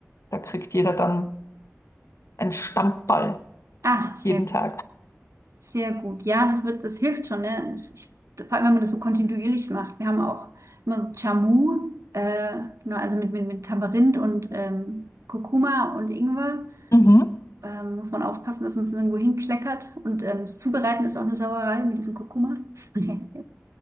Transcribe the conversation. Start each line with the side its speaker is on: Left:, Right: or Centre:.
Left: da kriegt jeder dann einen Stammball
Right: Ah, sehr
Left: jeden
Right: gut.
Left: Tag.
Right: Sehr gut. Ja, das wird, das hilft schon, ne? Ich, ich, vor allem, wenn man das so kontinuierlich macht. Wir haben auch immer so Jamu, äh, genau, also mit, mit, mit Tamarind und ähm, Kurkuma und Ingwer.
Left: Mhm.
Right: Ähm, muss man aufpassen, dass man es irgendwo hinkleckert. Und ähm, das Zubereiten ist auch eine Sauerei mit diesem Kurkuma. <laughs>